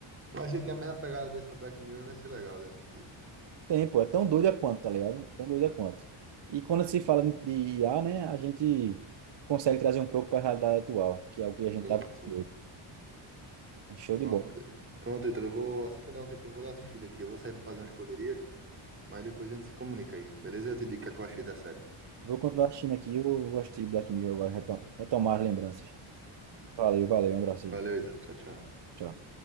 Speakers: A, on the right; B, on the right.
A: Mas se tem a mesma pegada dessa Black Mirror, vai ser legal de assistir.
B: Tem, pô, é tão doida quanto, tá ligado? Tão doida quanto. E quando se fala de IA, né, a gente consegue trazer um pouco para a realidade atual, que é o que a gente
A: Sim,
B: tá
A: sim.
B: vivendo. É Show
A: Pronto,
B: de bola.
A: pronto, então eu vou, assim que eu der um tempinho, eu vou dar uma assistida aqui. Eu vou sair pra fazer umas correrias, mas depois a gente se comunica aí, beleza? Eu te digo o que é que eu achei da série.
B: Vou continuar assistindo aqui, eu gostei de Black Mirror agora, retom- retomar as lembranças. Valeu, valeu, um abraço
A: Valeu,
B: aí.
A: então. Tchau, tchau.
B: Tchau.